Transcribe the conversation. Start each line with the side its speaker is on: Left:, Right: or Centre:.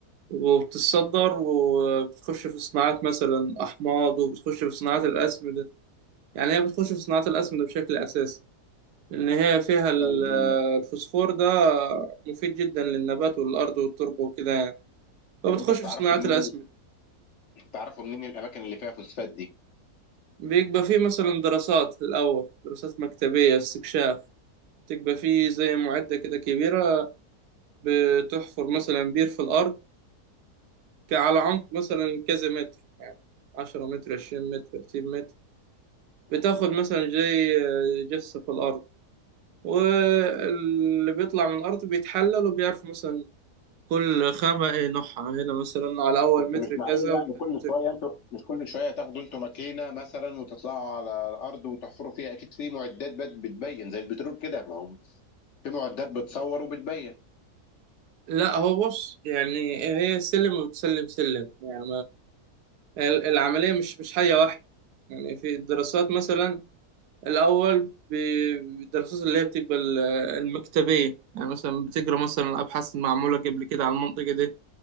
Right: وبتتصدر وبتخش في صناعات مثلا أحماض وبتخش في صناعات الأسمدة يعني هي بتخش في صناعات الأسمدة بشكل أساسي لأن هي فيها ال-
Left: طيب ال-
Right: الفوسفور ده مفيد جدا للنبات والأرض والتربة وكده يعني فبتخش
Left: طب انتوا بتعرفوا
Right: في صناعات
Left: منين
Right: الأسمدة
Left: بتعرفوا منين الاماكن اللي فيها فوسفات دي؟
Right: بيبقى فيه مثلا دراسات الأول دراسات مكتبية استكشاف تبقى فيه زي معدة كده كبيرة بتحفر مثلا بير في الأرض ك- على عمق مثلا كذا متر يعني عشرة متر عشرين متر تلاتين متر بتاخد مثلا زي جثة في الأرض واللي بيطلع من الأرض بيتحلل وبيعرف مثلا كل خامة ايه نوعها هنا مثلا على أول
Left: بس
Right: متر
Left: مش معقول
Right: كذا
Left: يعني
Right: وتاني
Left: كل
Right: متر
Left: شويه
Right: كذا
Left: انتوا مش كل شويه تاخدوا انتوا ماكينه مثلا وتطلعوا على الارض وتحفروا فيها اكيد في معدات بت- بتبين زي البترول كده ما هو في معدات بتصور وبتبين
Right: لا هو بص يعني هي سلم وتسلم سلم يعني ال- العملية مش مش حاجة واحدة يعني في الدراسات مثلا الأول بي- بالدراسات اللي هي بتبقى ال- المكتبية يعني مثلا بتقرا مثلا أبحاث معمولة قبل كده على المنطقة دي